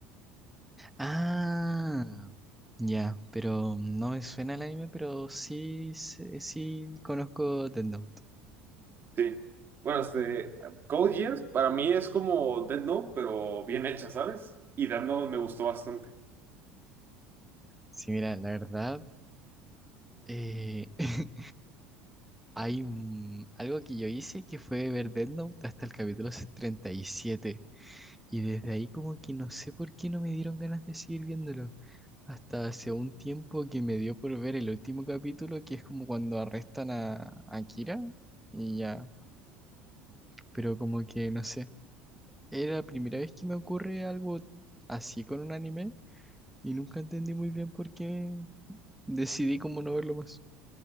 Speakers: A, in the centre; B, on the right.
A: Ah, ya, pero no me suena el anime, pero sí, sí, sí conozco Death Note.
B: Sí. Bueno, este, Code Geass para mí es como Death Note, pero bien hecha, ¿sabes? Y Death Note me gustó bastante.
A: Sí, mira, la verdad, eh, <laughs> hay un- algo que yo hice que fue ver Death Note hasta el capítulo 37. Y siete. Y desde ahí como que no sé por qué no me dieron ganas de seguir viéndolo. Hasta hace un tiempo que me dio por ver el último capítulo, que es como cuando arrestan a, a Kira. Y ya, pero como que no sé. Era la primera vez que me ocurre algo así con un anime y nunca entendí muy bien por qué decidí como no verlo más.